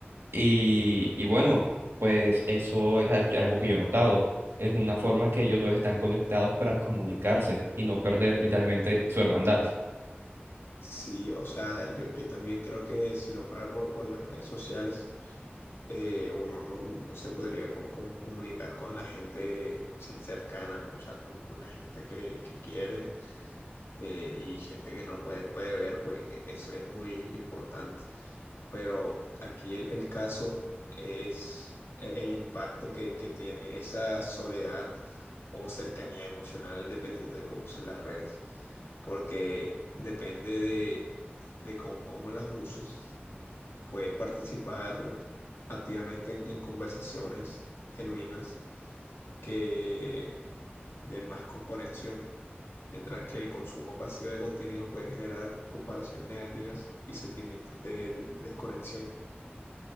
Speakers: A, on the right; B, on the left.
A: Y, y bueno, pues eso es al- algo que yo he notado. Es una forma que ellos dos están conectados para comunicarse y no perder literalmente su hermandad.
B: Sí, o sea, yo, yo también creo que si no fuera por, por las redes sociales, eh, uno no, no se podría com- com- comunicar con la gente cer- cercana, ¿no? O sea, con, con la gente que, que quiere eh, y gente que no puede, puede ver, pues e, eso es muy importante pero aquí el, el caso es e- el impacto que, que tiene esa soledad o cercanía emocional dependiendo de cómo se las redes, porque depende de, de cómo, cómo las uses, puedes participar activamente en, en conversaciones genuinas que den más co- conexión. Mientras que el consumo pasivo de contenido puede generar comparaciones negativas y sentimientos de de- de desconexión.